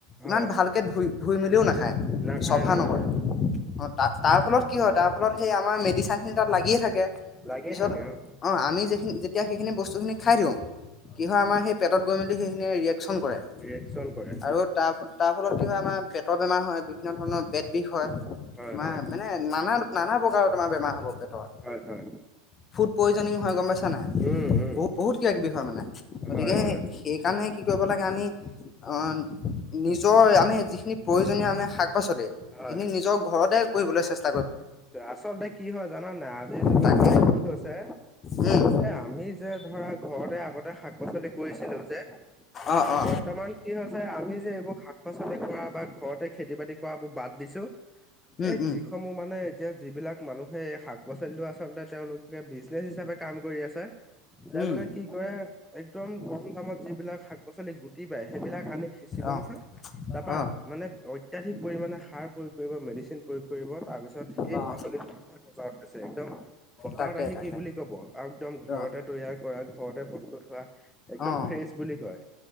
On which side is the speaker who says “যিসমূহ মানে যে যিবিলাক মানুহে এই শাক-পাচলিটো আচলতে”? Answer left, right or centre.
Centre